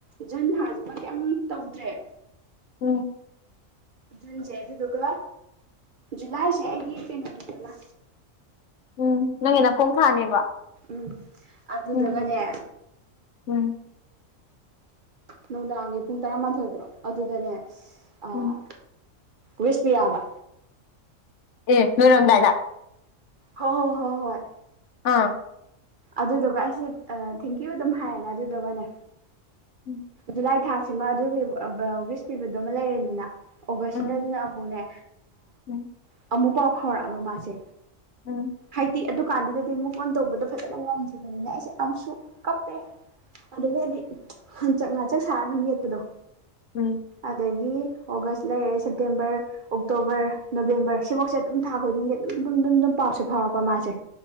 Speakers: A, on the right (about 50°); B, on the left (about 70°).
A: ꯖꯨꯟ ꯊꯥꯖꯤꯃ ꯀꯩꯝ ꯇꯧꯗ꯭ꯔꯦ
B: ꯎꯝ
A: ꯖꯨꯟꯁꯤ ꯑꯗꯨꯗꯨꯒ ꯖꯨꯂꯥꯏꯁꯦ ꯑꯩꯒꯤ ꯀꯩꯅꯣꯅꯤꯗꯅ
B: ꯎꯝ ꯅꯪꯒꯤ ꯅꯄꯣꯛ ꯊꯥꯅꯦꯕ
A: ꯎꯝ ꯑꯗꯨꯗꯨꯒꯅꯦ
B: ꯎꯝ ꯎꯝ
A: ꯅꯨꯡꯗꯥꯡꯒꯤ ꯄꯨꯡ ꯇꯔꯥꯃꯥꯊꯣꯏꯗꯔꯣ ꯑꯗꯨꯗꯅꯦ ꯑꯥ
B: ꯎꯝ
A: ꯋꯤꯁ ꯄꯤꯔꯛꯑꯕ
B: ꯑꯦ ꯂꯣꯏꯔꯝꯗꯥꯏꯗ
A: ꯍꯣ ꯍꯣꯏ ꯍꯣ ꯍꯣꯏ
B: ꯑꯥ
A: ꯑꯗꯨꯗꯨꯒ ꯑꯩꯁꯦ ꯊꯦꯡꯀ꯭ꯌꯨ ꯑꯗꯨꯝ ꯍꯥꯏꯔꯦꯅ ꯑꯗꯨꯗꯨꯒꯅꯦ
B: ꯎꯝ
A: ꯖꯨꯂꯥꯏ ꯊꯥ ꯁꯤꯃ ꯑꯗꯨꯒꯤ ꯋꯤꯁ ꯄꯤꯕꯗꯨꯃ ꯂꯩꯔꯦꯗꯅ ꯑꯣꯒꯁ
B: ꯎꯝ
A: ꯁꯤꯗ ꯑꯗꯨꯅ ꯑꯃꯨꯛꯅꯦ
B: ꯎꯝ
A: ꯑꯃꯨꯛ ꯄꯥꯎ ꯐꯥꯎꯔꯛꯑꯕ ꯃꯥꯁꯦ
B: ꯎꯝ
A: ꯍꯥꯏꯗꯤ ꯑꯗꯨ ꯗꯨꯀꯥꯟꯗꯨꯗꯗꯤ ꯃꯨꯞ ꯑꯣꯟ ꯇꯧꯕꯗꯣ ꯐꯖꯅ ꯉꯝꯗ꯭ꯔꯤꯕꯅꯤꯅ ꯑꯩꯁꯦ ꯑꯃꯨꯛꯁꯨ ꯀꯞꯄꯦ ꯑꯗꯨꯗꯒꯤ ꯍꯥꯏꯗꯤ ꯍꯟꯆꯛ ꯉꯆꯛ ꯁꯥꯔ ꯑꯗꯨꯝ ꯌꯦꯠꯄꯗꯣ
B: ꯎꯝ
A: ꯑꯗꯒꯤ ꯑꯣꯒꯁ ꯂꯩꯔꯦ ꯁꯦꯞꯇꯦꯝꯕꯔ ꯑꯣꯛꯇꯣꯕꯔ ꯅꯣꯕꯦꯝꯕꯔ ꯁꯤꯐꯧꯁꯦ ꯑꯗꯨꯝ ꯊꯥ ꯈꯨꯗꯤꯡꯒꯤ ꯑꯗꯨꯝ ꯑꯗꯨꯝ ꯑꯗꯨꯝ ꯄꯥꯎꯁꯦ ꯐꯥꯎꯔꯛꯄ ꯃꯥꯁꯦ